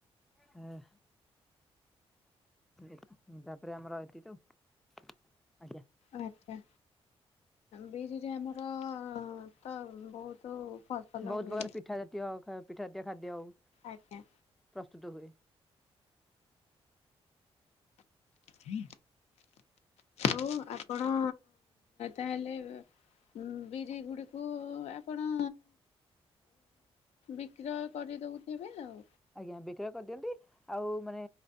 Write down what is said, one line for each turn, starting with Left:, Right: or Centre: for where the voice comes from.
Centre: ହୁଁ। ଏ ତାପରେ ଆମର ଏତିକି ତ ଆଉ ଆଜ୍ଞା।
Left: ଆଚ୍ଛା ବି ଯଦି ଆମର ତ ବହୁତ ଫସଲ
Centre: ବହୁତ
Left: ହୁଏ
Centre: ପ୍ରକାର ପିଠା ଜାତୀୟ ପିଠା ଜାତୀୟ ଖାଦ୍ୟ ହଉ।
Left: ଆଜ୍ଞା।
Centre: ପ୍ରସ୍ତୁତ ହୁଏ।
Left: ହୁଁ ଆଉ ଆ ଆପଣ ତାହେଲେ ହଁ ବିରି ଗୁଡିକୁ ଆପଣ ବିକ୍ରୟ କରିଦଉଥିବେ ଆଉ।
Centre: ଆଜ୍ଞା ବିକ୍ରୟ କରିଦିଅନ୍ତି ଆଉ ମାନେ